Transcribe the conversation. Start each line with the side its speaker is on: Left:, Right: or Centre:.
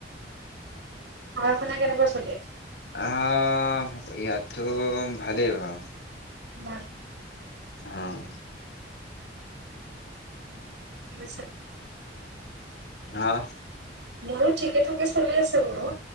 Right: পঢ়া শুনা কেনেকুৱা চলি আছে?
Left: আহ, ইয়াতো ভালেই বাৰু।
Right: <unintelligible>
Left: উম।
Right: কি কৈছে?
Left: হা।
Right: মোৰো ঠিকে ঠাকে চলি আছে বাৰু।